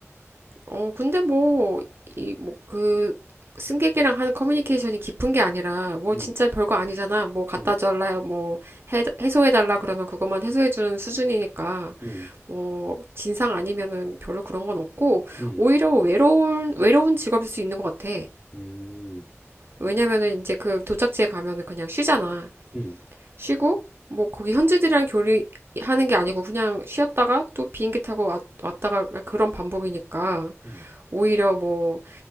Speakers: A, on the right (about 50°); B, on the left (about 20°).
A: 어, 근데 뭐, 이, 뭐, 그, 승객이랑 하는 커뮤니케이션이 깊은 게 아니라, 뭐,
B: 음,
A: 진짜 별거 아니잖아. 뭐, 갖다
B: 음,
A: 달라, 뭐, 해, 해소해달라 그러면 그것만 해소해주는 수준이니까,
B: 음,
A: 뭐, 진상 아니면은 별로 그런 건 없고,
B: 음,
A: 오히려 외로운, 외로운 직업일 수 있는 것 같아.
B: 음,
A: 왜냐면은 이제 그 도착지에 가면은 그냥 쉬잖아.
B: 음,
A: 쉬고, 뭐, 거기 현지들이랑 교류하는 게 아니고, 그냥 쉬었다가 또 비행기 타고 왔, 왔다가 그런 반복이니까,
B: 음,
A: 오히려 뭐,